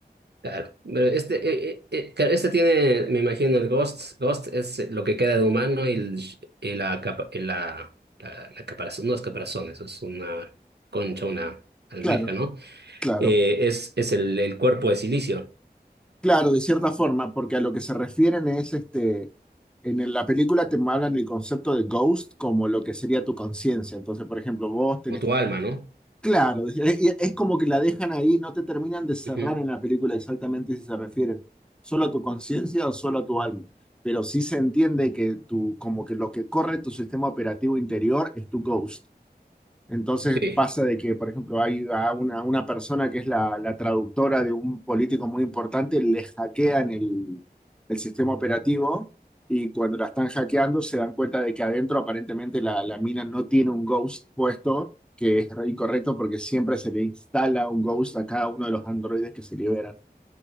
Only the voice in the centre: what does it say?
Claro,
claro,
claro, de cierta forma, porque a lo que se refieren es este, en el- la película te hablan del concepto de ghost como lo que sería tu conciencia. Entonces, por ejemplo, vos tenés,
claro, es, es- es como que la dejan ahí, no te terminan de cerrar
en la película exactamente si se refieren solo a tu conciencia o solo a tu alma. Pero sí se entiende que tu, como que lo que corre tu sistema operativo interior es tu ghost. Entonces
pasa de que, por ejemplo, hay a una, una persona que es la, la traductora de un político muy importante, le hackean el, el sistema operativo y cuando la están hackeando se dan cuenta de que adentro aparentemente la, la mina no tiene un ghost puesto, que es re incorrecto porque siempre se le instala un ghost a cada uno de los androides que se liberan.